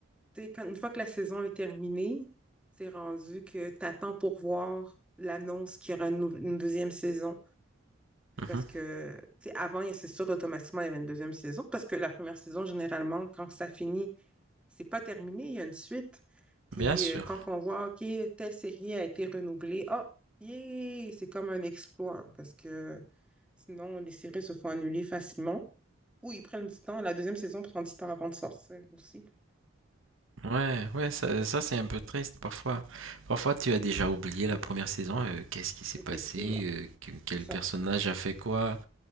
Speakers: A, in the centre; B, on the right.
A: Tu sais, quand- une fois que la saison est terminée, c'est rendu que tu attends pour voir l'annonce qu'il y aura une, nou- une deuxième saison.
B: Mhm.
A: Parce que, tu sais, avant, c'est sûr, automatiquement, il y avait une deuxième saison. Parce que la première saison, généralement, quand ça finit, c'est pas terminé, il y a une suite. Puis
B: Bien sûr.
A: euh, quand on voit, OK, telle série a été renouvelée, ah, yeah, c'est comme un exploit. Parce que sinon, les séries se font annuler facilement. Ou ils prennent du temps. La deuxième saison prend du temps avant de sortir aussi.
B: Ouais, ouais, ça, ça, c'est un peu triste parfois. Parfois tu as déjà oublié la première saison, euh, qu'est-ce qui s'est
A: Effectivement,
B: passé, euh, que- quel
A: c'est ça.
B: personnage a fait quoi,